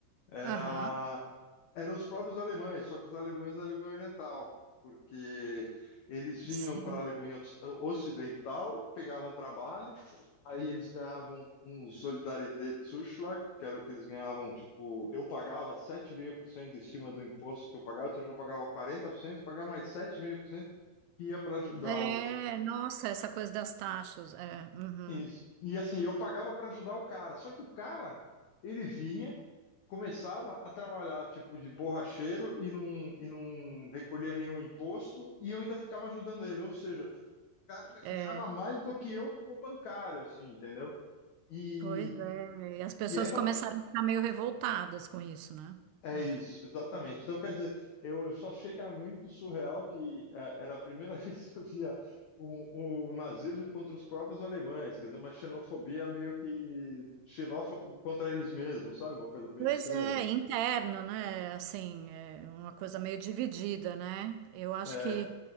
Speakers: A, on the left; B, on the right.
A: era
B: Aham,
A: eram os próprios alemães, só que os alemães da Alemanha Oriental, porque eles vinham
B: sim.
A: para a Alemanha Ocidental, pegavam trabalho, aí eles ganhavam um Solidaritätszuschlag, que era o que eles ganhavam, tipo, eu pagava sete vírgula cinco por cento em cima do imposto que eu pagava, então eu já pagava quarenta por cento pagava mais 7,5% que ia para ajudar
B: É,
A: os
B: nossa, essa coisa das taxas, é, uhum,
A: Isso. E assim, eu pagava para ajudar o cara. Só que o cara, ele vinha, começava a trabalhar tipo de borracheiro e não, e não recolhia nenhum imposto e eu ainda ficava ajudando ele. Ou seja, o cara
B: é,
A: ganhava mais do que eu como bancário, assim, entendeu? E,
B: pois é, e as pessoas
A: e aí
B: começaram a ficar meio revoltadas com isso, né?
A: É
B: É.
A: isso, exatamente. Então, quer dizer, eu, eu só achei que era muito surreal que eh, era a primeira <laughs> vez que eu via o, o nazismo contra os próprios alemães, quer dizer, uma xenofobia meio que xenófoba contra eles mesmos, sabe? Uma coisa meio
B: Pois
A: estranha.
B: é, interno, né? Assim, é uma coisa meio dividida, né? Eu acho
A: É,
B: que